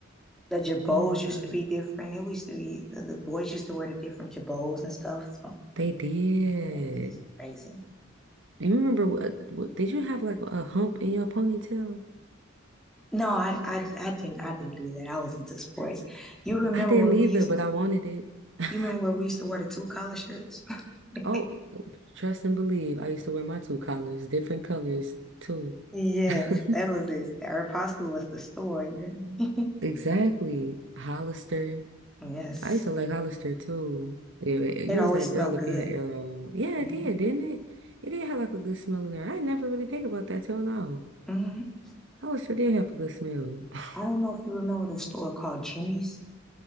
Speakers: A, in the centre; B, on the right.
A: The jabos
B: Oh my
A: used
B: God,
A: to be different. It used to be the, the boys used to wear the different jabos and stuff. So
B: they did.
A: it was just crazy.
B: You remember what, what? Did you have like a hump in your ponytail?
A: No, I, I I didn't I didn't do that. I was into sports. You remember
B: I didn't
A: where
B: either,
A: we used
B: but I wanted it. <laughs>
A: you remember where we used to wear the two collar shirts? <laughs>
B: Oh, trust and believe. I used to wear my two collars, different colors too.
A: Yes,
B: <laughs>
A: that was it. Our apostle was the store. You heard me?
B: Exactly, Hollister.
A: <laughs> Yes.
B: I used to like Hollister too. Yeah, you
A: It always
B: was that
A: smelled
B: girl if
A: good.
B: you had Arrow. Yeah,
A: Mhm.
B: it did, didn't it? It did have like a good smell in there. I never really think about that till now.
A: Mhm.
B: How sure did have public smell. <laughs>
A: I don't know if you remember the store called Jimmy's.